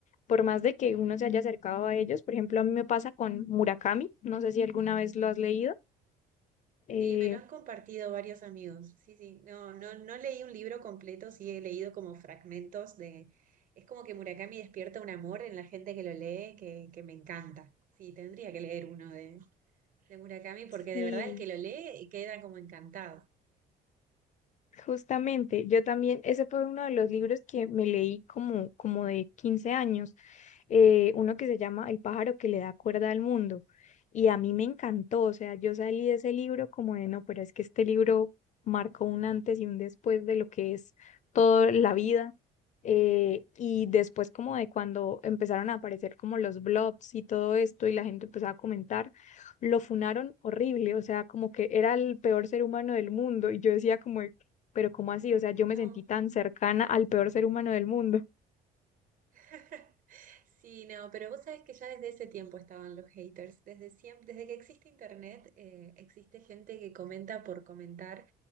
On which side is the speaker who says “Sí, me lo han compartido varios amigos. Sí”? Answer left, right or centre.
Right